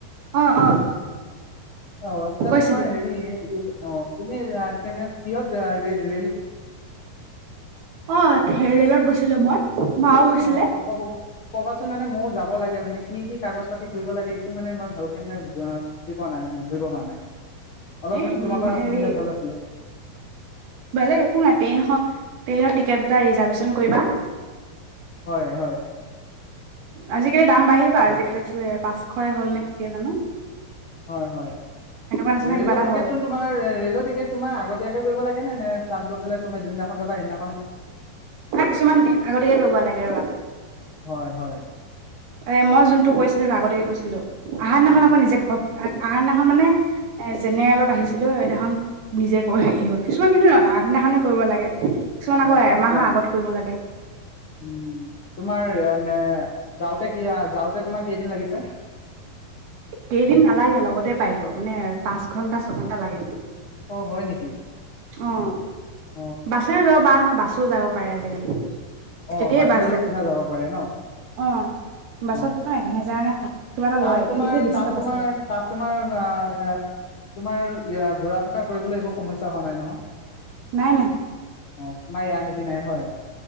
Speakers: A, on the right; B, on the left.
A: অ অ
B: অ তাত
A: গৈছিলো
B: তোমাৰ হেৰি অ এনে কেনে কিহত দাৰিত
A: অ' হেৰিলৈ গৈছিলো মই। মাও গৈছিলে
B: অ' চব কবাচোন মানে মইও যাব লাগে মানে কি কি কাগজ পাতি কৰিব লাগে একো মানে মই ভালকে মানে বুজি পোৱা নাই মানে ধৰিব পৰা নাই। অলপ
A: এই
B: মানে তোমাৰ পৰা
A: হেৰি
B: শুনিলে ভাল আছিলে।
A: বেলেগ একো নাই ট্ৰেইন এখন, ট্ৰেইনৰ টিকেট এটা ৰিজাৰ্ভেচন কৰিবা।
B: হয় হয়।
A: আজিকালি দাম বাঢ়িল বা আজিকালি পাঁচশ এ হ'ল নে কেতিয়া জানো।
B: হয় হয়
A: সেনেকুৱা নিচিনা
B: ৰে'লৰ
A: কিবা এটা
B: টিকেট
A: হ'ল
B: তোমাৰ, ৰেলৰ টিকেট তোমাৰ আগতীয়াকে কৰিব লাগে নে তাত গৈ পেলাই তুমি যোনদিনাখন যাবা সেইদিনা
A: নাই কিছুমান আগতিয়াকৈ কৰিব লাগে ৰ'বা।
B: হয় হয়
A: এ' মই যোনটো কৈছিলো হেতু আগতিয়াকে কৰিছিলোঁ। আহাৰদিনাখন
B: হয়
A: আকৌ নিজে আহাৰদিনাখন মানে, এ' জেনেৰেলত আহিছিলো সেইদিনাখন নিজে হেৰি হল কিছুমান কিন্তু আগদিনাখনে কৰিব লাগে। কিছুমান আকৌ
B: হয়,
A: এমাহৰ
B: নিজা
A: আগত কৰিব লাগে
B: উম তোমাৰ এনে যাওঁতে <unintelligible> <unintelligible> লাগিছে
A: কেইদিন নালাগে লগতে পাই গৈ মানে, পাঁচ ঘন্টা ছঘন্টা লাগে।
B: অ' হয় নেকি?
A: অ'
B: অ
A: বাছেও যাব পাৰা নহয় বা বাছে যাব পাৰে আজিকালি।
B: অ'
A: তেতিয়াই
B: বাছেৰেও
A: বাছ যায়
B: চিধা যাব পাৰে ন'?
A: অ'।
B: অ
A: বাছতো এহেজাৰ নে সাত- কিবা এটা
B: তাত
A: লয়
B: তোমাৰ,
A: এতিয়া বেছি
B: তাত
A: ল'ব
B: তোমাৰ,
A: চাগে
B: তাত তোমাৰ তোমাৰ ঘূৰা ফুকা কৰিবলৈ একো সমস্যা হোৱা নাই নহয়?
A: নাই নাই।
B: অ' আমাৰ ইয়াৰ নিচিনাই হয়।